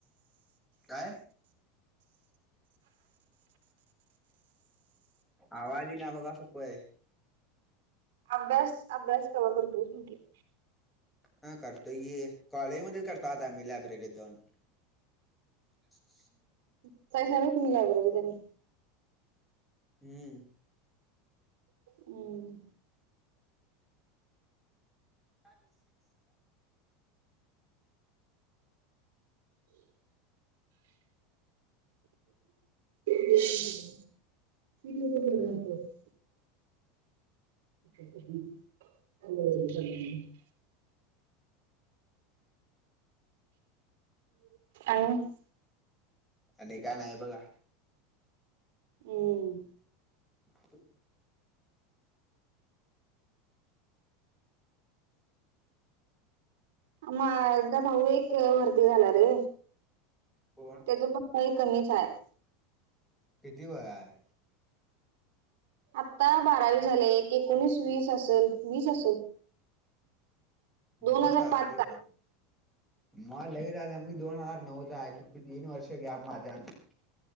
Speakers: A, in the centre; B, on the right.
A: काय? आवाज इना बघा सपय.
B: अभ्यास -अभ्यास कवा करतोयस म्हटलं?
A: हा करतोय कि कॉलेजमध्ये करताव आता आम्ही लायब्ररी जाऊन. <inaudible>
B: बसतायसा व्हय तुम्ही लायब्ररीत आणि.
A: हम्म.
B: हम्.
A: अ. <unintelligible>
B: <inaudible> हो. <unintelligible> हॅलो. <unintelligible> आणि. <unintelligible>
A: आणि काय नाही बघा.
B: हम्म..
A: <inaudible>
B: माझा- भाऊ एक भरती झाला रे
A: कोण?
B: तेज पण वय कमीच हाय.
A: किती वय हाय?
B: आता बारावी झाल्या, एक एकोणीस वीस असल- वीस असल.
A: म
B: हजार
A: चालतंय
B: पाच चा
A: की. म लय झालं मी दोन हजार नऊचा हाय. फक्त तीन वर्ष गॅप माझ्या आणि तुमच्या.